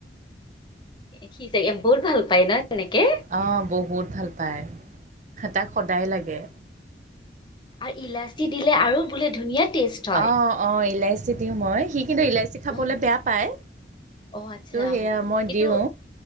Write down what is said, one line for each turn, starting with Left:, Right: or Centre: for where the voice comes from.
Left: সি চাগে বহুত ভাল পায় ন এনেকে।
Right: অহ' বহুত ভাল পায়, তাক সদায় লাগে।
Left: আৰু ইলাচি দিলে আৰু বোলে ধুনীয়া টেষ্ট হয়।
Right: আহ অ' ইলাইচি দিওঁ মই সি কিন্তু ইলাচি খাবলৈ
Left: উম।
Right: বেয়া পায়।
Left: অ'
Right: কিন্তু
Left: আচ্ছা,
Right: সেয়া মই
Left: কিন্তু
Right: দিওঁ